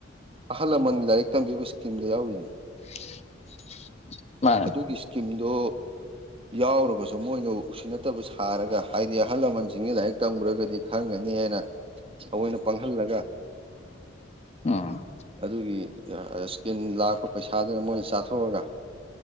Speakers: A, on the right (about 30°); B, on the left (about 35°).
A: ꯑꯍꯜ ꯂꯃꯟ ꯂꯥꯏꯔꯤꯛ ꯇꯝꯕꯤꯕ ꯏꯁꯀꯤꯝꯗ ꯌꯥꯎꯔꯤꯅꯤ
B: <inaudible> ꯃꯥꯅꯦ
A: ꯑꯗꯨꯒꯤ ꯏꯁꯀꯤꯝꯗꯣ ꯌꯥꯎꯔꯒꯁꯨ ꯃꯣꯏꯅ ꯎꯁꯤꯟꯅꯗꯕ ꯁꯥꯔꯒ ꯍꯥꯏꯗꯤ ꯑꯍꯜ ꯂꯃꯟꯁꯤꯡ ꯂꯥꯏꯔꯤꯛ ꯇꯝꯈ꯭ꯔꯒꯗꯤ ꯈꯪꯒꯅꯤ ꯍꯥꯏꯅ ꯑꯑꯣꯏꯅ ꯄꯥꯡꯍꯜꯂꯒ
B: ꯎꯝ
A: ꯑꯗꯨꯒꯤ ꯏꯁꯀꯤꯝ ꯂꯥꯛꯄ ꯄꯩꯁꯥꯗꯨꯅ ꯃꯣꯏꯅ ꯆꯥꯊꯣꯛꯑꯒ